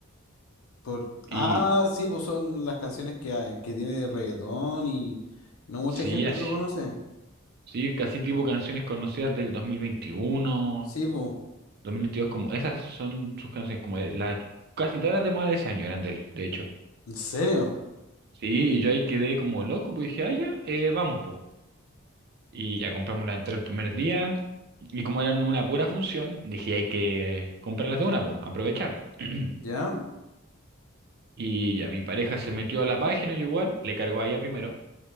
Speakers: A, on the left (about 75°); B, on the right (about 50°).
A: Por...
B: Y
A: Ah, sí, pues son las canciones que, hay- que tiene reggaetón y no mucha
B: Sí,
A: gente
B: así.
A: lo conoce.
B: Sí, casi tipo canciones conocidas del dos dos mil veintiuno
A: Sí, pues.
B: dos mil veintidós como esas son sus canciones, como de las casi todas las de moda de ese año eran de él, de hecho.
A: ¿En serio?
B: Sí, y yo ahí quedé como loco, pues dije, ah, ya, eh, vamos, po. Y ya compramos la entrada el primer día, y como eran una pura función, dije, hay que eh, comprarlas de una, po, aprovechar. <clears throat>
A: ¿Ya?
B: Y ya mi pareja se metió a la página, yo igual, le cargó a ella primero,